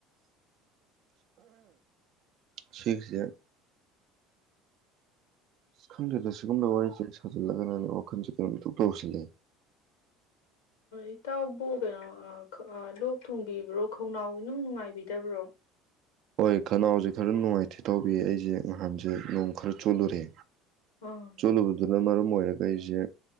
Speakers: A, on the right; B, on the left.
A: ꯁꯤꯁꯦ ꯑ ꯈꯪꯗꯦꯗ ꯁꯤꯒꯨꯝꯕ ꯋꯥꯔꯤꯁꯦ ꯊꯥꯖꯤꯜꯂꯒꯅ ꯑꯅ ꯋꯥꯈꯜꯟꯁꯤ ꯀꯩꯅꯣꯝꯇꯇꯧꯁꯤꯜꯂꯦ
B: ꯏꯇꯥꯎꯕꯨ ꯀꯩꯅꯣ ꯂꯣꯛ ꯊꯨꯡꯕꯤꯕ꯭ꯔꯣ ꯈꯧꯅꯥꯎ ꯏꯅꯨꯡ ꯅꯨꯡꯉꯥꯏꯕꯤꯗꯕ꯭ꯔꯣ
A: ꯍꯣꯏ ꯈꯅꯥꯎꯁꯦ ꯈꯔ ꯅꯨꯡꯉꯥꯏꯇꯦ ꯇꯧꯕꯤ ꯑꯩꯁꯦ ꯅꯍꯥꯟꯁꯦ ꯅꯣꯡ ꯈꯔ ꯆꯣꯠꯂꯨꯔꯦ
B: ꯑꯥ
A: ꯆꯂꯣ ꯑꯗꯨꯅ ꯃꯔꯝ ꯑꯣꯏꯔꯒ ꯑꯩꯁꯦ